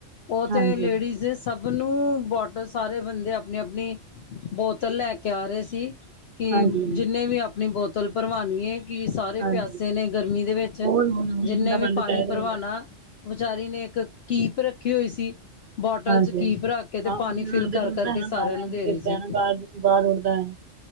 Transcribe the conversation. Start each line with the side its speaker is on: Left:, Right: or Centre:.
Left: ਉਹ ਤੇ
Right: ਹਾਂਜੀ
Left: ਲੇਡੀਜ਼ ਸਭ ਨੂੰ, ਬੋਟਲ ਸਾਰੇ ਬੰਦੇ ਆਪਣੀ-ਆਪਣੀ, ਬੋਤਲ ਲੈ ਕੇ ਆ ਰਹੇ ਸੀ। ਕਿ
Right: ਹਾਂਜੀ
Left: ਜਿੰਨੇ ਵੀ ਆਪਣੀ ਬੋਤਲ ਭਰਵਉਣੀਏ। ਕਿ ਸਾਰੇ
Right: ਹਾਂਜੀ
Left: ਪਿਆਸੇ ਨੇ ਗਰਮੀ ਦੇ ਵਿੱਚ।
Right: ਹੋਰ ਹੁਣ ਉਹੀ
Left: ਜਿੰਨੇ
Right: ਠੰਡਾ
Left: ਵੀ
Right: ਤਾਂ
Left: ਪਾਣੀ
Right: ਚਾਹੀਦਾ
Left: ਭਰਵਾਣਾ
Right: ਹੁੰਦਾ
Left: ਵਿਚਾਰੀ ਨੇ ਇੱਕ ਕੀਪ ਰੱਖੀ ਹੋਈ ਸੀ। ਬੋਟਲ
Right: ਹਾਂਜੀ
Left: ਚ ਕੀਪ ਰੱਖ ਕੇ ਤੇ
Right: ਹਾਂ ਹੁਣ
Left: ਪਾਣੀ ਫਿਲ ਕਰ
Right: ਜ਼ਰੂਰ
Left: ਕਰਕੇ-ਕਰਕੇ
Right: ਦਾ ਹੈ ਨਾ
Left: ਸਾਰਿਆਂ
Right: ਬਾਹਰ
Left: ਨੂੰ
Right: ਇੰਝ
Left: ਦੇ ਰਹੀ
Right: ਗਿਰਦਾ
Left: ਸੀ।
Right: ਹੈ ਨਾ ਬਾਹਰ ਬਾਹਰ ਉੱਠਦਾ ਹੈ।